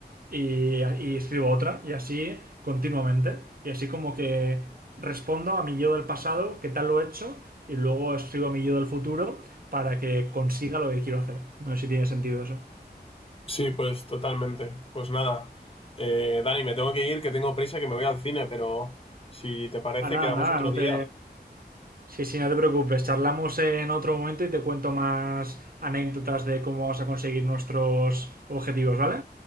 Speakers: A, on the right; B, on the left.
A: y, y escribo otra y así continuamente. Y así como que respondo a mi yo del pasado, qué tal lo he hecho, y luego escribo a mi yo del futuro para que consiga lo que quiero hacer. No sé si tiene sentido eso.
B: Sí, pues totalmente. Pues nada, eh, Dani, me tengo que ir, que tengo prisa, que me voy al cine, pero si te parece,
A: Ah, nada,
B: quedamos
A: nada,
B: otro
A: no
B: día.
A: te... Sí, sí, no te preocupes. Charlamos en otro momento y te cuento más anécdotas de cómo vamos a conseguir nuestros objetivos, ¿vale?